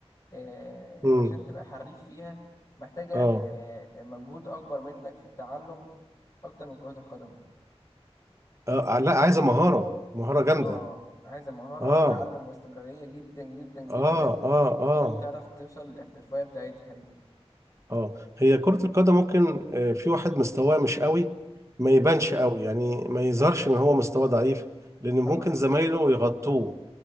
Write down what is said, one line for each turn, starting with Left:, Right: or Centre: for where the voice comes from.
Left: آه،
Right: امم
Left: عشان تبقى حريف فيها محتاجه
Right: اه
Left: آه، مجهود اكبر منك في التعلم اكتر من كره القدم
Right: آه، لا عايزه مهاره مهاره جامده
Left: اه عايزه مهاره
Right: اه
Left: وتعلم واستمراريه جدا جدا جدا
Right: اه اه اه
Left: عشان تعرف توصل للاحترافيه بتاعتها دي
Right: اه هي كرة القدم ممكن آه، في واحد مستواه مش قوي ما
Left: مم.
Right: يبانش قوي يعني ما يظهرش ان هو مستواه ضعيف لان ممكن
Left: اه
Right: زمايله يغطوه